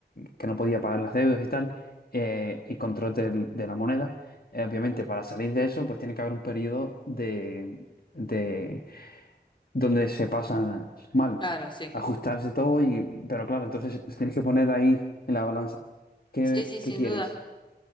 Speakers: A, on the left; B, on the left.
A: que no podía pagar las deudas y tal, eh, y control del- de la moneda, eh, obviamente para salir de eso, pues tiene que haber un periodo de, de donde se pasa mal,
B: Claro, sí.
A: ajustarse todo y, pero claro, entonces tienes que poner ahí en la balanza. ¿Qué,
B: Sí, sí,
A: qué
B: sin
A: quieres?
B: duda.